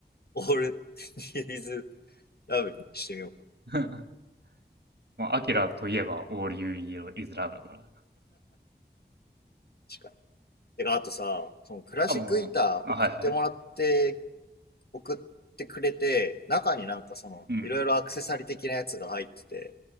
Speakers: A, on the left; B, on the right.
A: オール、ディーズラブにしてみようかな。
B: <laughs> まあ、アキラといえば All You Need Is Love だから。
A: 確かに。てか、あとさ、そのクラシックギター送ってもらって、
B: かも、あ、はいはい。
A: 送ってくれて、中になんかその、
B: うん。
A: いろいろアクセサリー的なやつが入ってて、